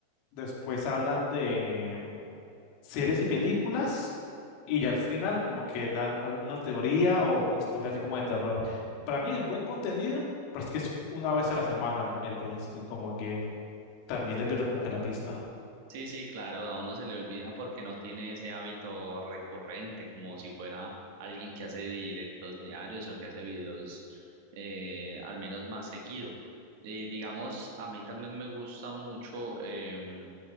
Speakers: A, on the left; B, on the right.
A: Después hablan de mm, series y películas. Y ya al final como que dan alguna teoría o historia así como de terror. Para mí es buen contenido, pero es que es una vez a la semana, los miércoles. Y como que también le pierdo como que la pista.
B: Sí, sí, claro, a uno se le olvida porque no tiene ese hábito recurrente, como si fuera alguien que hace directos diarios o que hace videos eh, al menos más seguido. Eh, digamos, a mí también me gusta mucho, em,